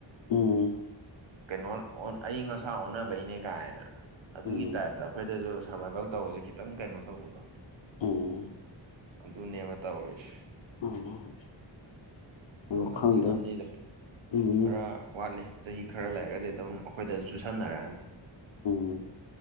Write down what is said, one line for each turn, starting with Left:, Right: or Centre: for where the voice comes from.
Left: ꯎꯝ
Right: ꯀꯩꯅꯣ ꯑꯏꯤꯡ ꯑꯁꯥ ꯑꯣꯟꯅꯕꯩꯅꯦ ꯀꯥꯏꯅ ꯑꯗꯨꯒꯤ
Left: ꯎꯝ
Right: ꯇꯥꯏꯞꯇ ꯑꯩꯈꯣꯏꯗꯁꯨ ꯁꯔꯕꯥꯏꯚꯦꯜ ꯇꯧꯕꯁꯦ ꯈꯤꯇꯪ ꯀꯩꯅꯣ ꯇꯧꯕꯗꯣ
Left: ꯎꯝ
Right: ꯑꯗꯨꯅꯦꯕ ꯇꯧꯔꯤꯁꯦ
Left: ꯎꯝ
Right: ꯑꯗꫭ
Left: ꯑꯗꯣ
Right: ꯉꯝꯗꯤ
Left: ꯈꯪꯗꯦ
Right: ꯉꯝꯅꯤꯗ
Left: ꯎꯝ
Right: ꯈꯔ ꯋꯥꯠꯂꯤ ꯆꯍꯤ ꯈꯔ ꯂꯩꯔꯒꯗꯤ ꯑꯗꯨꯝ ꯑꯩꯈꯣꯏꯗ ꯆꯨꯁꯟꯅꯔꯛꯑꯅꯤ
Left: ꯎꯝ